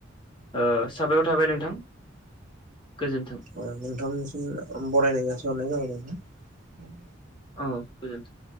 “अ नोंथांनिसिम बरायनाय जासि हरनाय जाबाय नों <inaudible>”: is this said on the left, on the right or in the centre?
Right